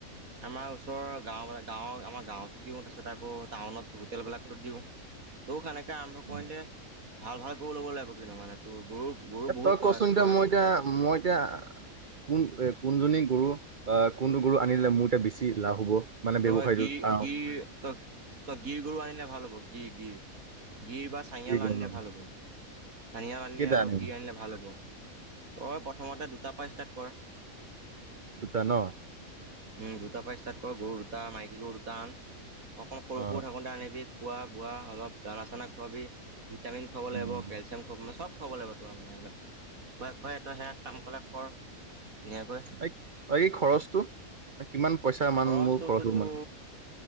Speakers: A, on the right (about 75°); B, on the right (about 45°).
A: আমাৰ ওচৰৰ গাঁও গাঁও আমাৰ গাঁৱতো দিওঁ তাৰপিছত আকৌ টাউনত হোটেল বিলাকতো দিওঁ তোক সেনেকে আৰম্ভ কৰিম
B: উম।
A: দে ভাল ভাল গৰু ল'ব লাগিব কিন্তু মানে তোৰ গৰু গৰু
B: এ
A: বহুত
B: তই কচোন
A: প্ৰজা
B: এতিয়া
A: প্ৰজাতি
B: মই এতিয়া
A: থাকে
B: মই এতিয়া কোন এ কোনজনী গৰু বা কোনটো গৰু আনিলে মোৰ এয়া বেছি লাভ হ'ব মানে
A: তই
B: ব্যৱসায়টো
A: গিৰ
B: কাৰ
A: গিৰ তই তই গিৰ গৰু আনিলে ভাল হ'ব গিৰ গিৰ গিৰ বা চঙল
B: কি গ'ল
A: আনিলে ভাল হ'ব চানিয়াৰ আনিলে
B: কেইটা
A: আৰু
B: আনিম
A: গি আনিলে ভাল হ'ব তই প্ৰথমতে দুটাৰ পৰা ষ্টাৰ্ট কৰ
B: দুটা ন
A: উম দুটা পাই ষ্টাৰ্ট কৰ গৰু দুটা মাইকী গৰু দুটা আন অকণমান সৰু
B: অ
A: সৰু থকোতে আনিবি খোৱা বোৱা অলপ দানা চানা খোৱাবি ভিটামিন খুৱাব লাগিব
B: উম
A: কেলচিয়াম খ চব খুৱাব লাগিব তো মানে এইবিলাক খুৱাই খুৱাই তই সেয়া কাম কলে কৰ ধুনীয়াকৈ
B: এই এই খৰচটো কিমান পইচা মান
A: খৰচটো
B: মোৰ খৰচ হ'ব মানে